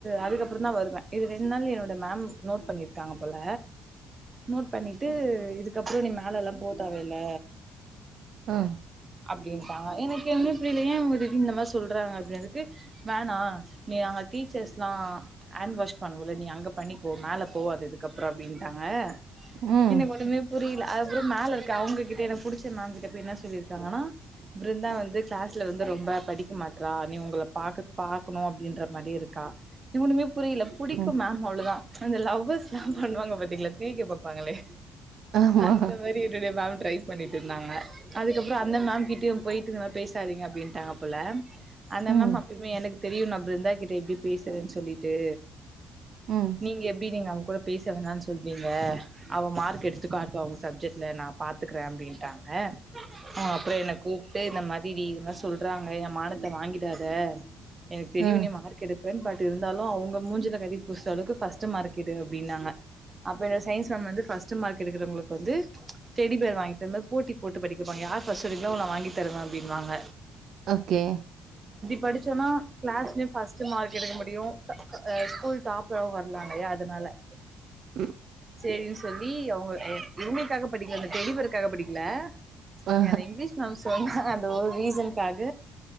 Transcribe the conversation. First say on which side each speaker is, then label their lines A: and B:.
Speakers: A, on the right; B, on the right.
A: அதுக்கப்பறோ தா வருவே இது ரெண்டு நாள் என்னோட மேம் நோட் பண்ணிருக்காங்க போல நோட் பண்ணிட்டு இதுக்கப்றோ நீ மேல எல்லாம் போத்தேவ இல்ல
B: ஆ
A: அப்டின்னு பா எனக்கு என்ன தெரில ஏன் இவங்க திடீர்னு இந்த மாரி சொல்கிறாங்க அப்டினதுக்கு வேணா நீ அங்க டீச்சர்ஸ்லா ஹேண்ட் வாஷ் பண்ணுவோல நீ அங்க பண்ணிக்கோ மேல போவாத இதுக்கப்பறோ அப்டின்ட்டாங்க
B: ம்
A: எனக்கு ஒண்ணுமே புரியல அதுக்கப்றோ மேல இருக்க அவங்ககிட்ட எனக்கு புடிச்ச மேம் கிட்ட போய் என்ன சொல்லிருக் ஆனா பிருந்தா வந்து கிளாஸ்ல வந்து ரொம்ப படிக் இருக்க மாட்றா நீ உங்கள பாக்க பாக்கணு அப்டின்ற மாரியே இருக்கா இவனுமே புரியல புடிக்கு
B: ம்
A: மேம் அவ்ளோ தா அந்த லவ்ர்ஸ்ல்லா பண்ணுவாங்க பாத்தீங்கங்களா பி இருபாங்களே
B: ஆமா
A: அந்த மாரி என்னுடய மேம் ட்ரை பண்ணிட்டு இருந்தாங்க அதுக்கப்பறோ அந்த மேம் கிட்டயு போயிட்டு இந்த மாரி பேசாதீங்க அப்டின்ட்டாங்க போல அந்த
B: ம்
A: மேம் அப்பயுமே எனக்கு தெரியு நா பிருந்தா கிட்ட எப்டி பேசுறேன் சொல்லிட்டு
B: ம்
A: நீங்க எப்டி நீங்க அங் கூட பேச வேணான்னு சொல்வீங்க அவ மார்க் எடுத்து காட்டுவா உங்க சப்ஜெக்ட்ல நா பாத்துக்கிறே அப்டின்ட்டாங்க ஆ அப்றோ என்ன கூப்ட்டு இந்த மாதி திடி இது மாரி சொல்றாங்க எங்க மானத்த வாங்கிடாத எனக்கு தெரியும்
B: ஆ
A: நீ மார்க எடுப் னு பட் இருந்தாலும் அவுங்க மூஞ்சுல கரிய பூசற அளவுக்கு பஸ்டு மார்க் எடு அப்டின்னாங்க அப்ப நா சயின்ஸ் மேம் வந்து ஃபர்ஸ்ட் மார்க் எடுக்கறவங்களுக்கு வந்து டெடி பேர் வாங்கி தந்தா போட்டி போட்டு படிக்க வப்பாங்க யார் ஃபர்ஸ்ட் எடுக்களோ நா வாங்கி தருவன் அப்டின்வாங்க
B: ஓகே
A: படிச்சோன்னா கிளாஸ்லையும் ஃபஸ்ட்டு மார்க் எடுக்க முடியும் அ ஸ்கூல் டாப்பர் ரா‌ வரலால்லையா அதனால
B: ம்
A: செரின்னு சொல்லி அவுங்க இவுங்களுக்காக படிக்கல இந்த டெடி பேருக்காக படிக்கல
B: ஆ
A: ஏ இங்கிலீஷ் மேம் சொன்னா அந்த ஒரு ரீசனுக்காக